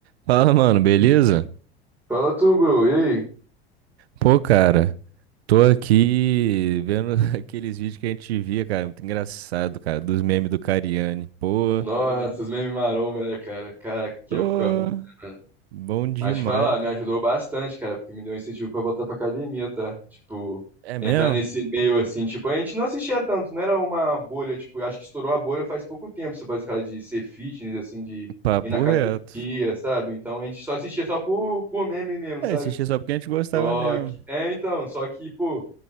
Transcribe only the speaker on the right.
Fala, mano, beleza?
Pô, cara, tô aqui vendo <laughs> aqueles vídeos que a gente via, cara, muito engraçado, cara, dos memes do Cariani. Pô,
tô
bom demais.
É
mesmo?
Papo
reto.
É,
assistia só porque a gente gostava
mesmo.